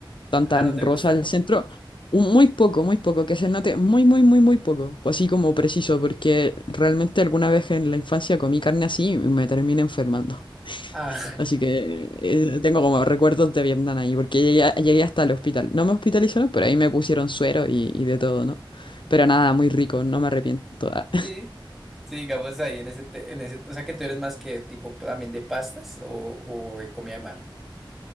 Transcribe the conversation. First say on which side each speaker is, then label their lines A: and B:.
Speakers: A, on the left; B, in the centre.
A: tan,
B: Ah,
A: tan
B: ¿no te
A: rosa
B: gusta?
A: al centro. un- Muy poco, muy poco, que se note muy, muy, muy, muy poco. Pues así como preciso, porque realmente alguna vez en la infancia comí carne así y me terminé enfermando.
B: Ah,
A: Así que eh, tengo como recuerdos de Vietnam ahí, porque llegué, a- llegué hasta el hospital. No me hospitalizaron, pero ahí me pusieron suero y, y de todo, ¿no? Pero nada, muy rico, no me arrepiento.
B: <laughs>
A: Ah,
B: sí, sí, digamos ahí en ese, te- en ese, o sea que tú eres más que tipo también de pastas o, o de comida de mar.